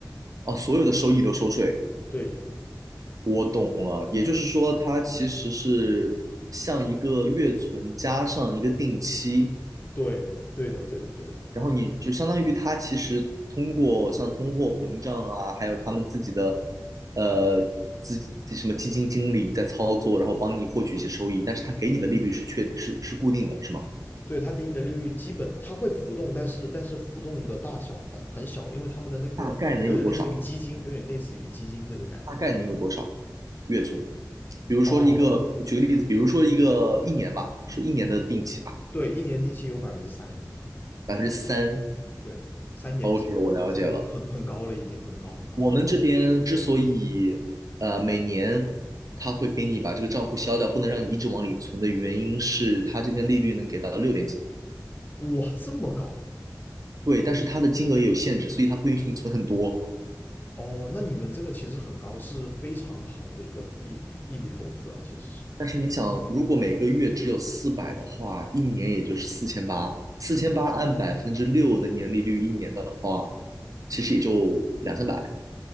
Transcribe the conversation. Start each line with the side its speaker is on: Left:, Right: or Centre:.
Right: 哦，所有的收益都收税，
Left: 对，
Right: 我懂了。也就是说，它其实是像一个月存加上一个定期，
Left: 对，对的，对的，对的，
Right: 然后你就相当于他其实通过像通货膨胀啊，还有他们自己的呃资什么基金经理在操作，然后帮你获取一些收益，但是他给你的利率是确是是固定的，是吗？
Left: 对，它给你的利率基本它会浮动，但是但是浮动的大小很很小，因为他们的那个有点类似于基金，
Right: 大概能有多少？
Left: 有点类似于基金这个概念。
Right: 大概能有多少月存？比如说一个，
Left: 哦，
Right: 举个例子，比如说一个一年吧，说一年的定期吧，
Left: 对，一年定期有百分之三，
Right: 百分之三。
Left: 对，三点几，
Right: OK，我了解了。
Left: 三点几很很高了，已经很高很高。
Right: 我们这边之所以呃每年他会给你把这个账户消掉，不能让你一直往里存的原因是，他这边利率能给到六点几，
Left: 哇，这么高
Right: 对，但是它的金额也有限制，所以它不允许你存很多。
Left: 哦，那你们这个其实很高，是非常好的一个一一笔投资啊，其实是
Right: 但是你想，如果每个月只有四百的话，一年也就是四千八，四千八按百分之六的年利率，一年的话，其实也就两三百。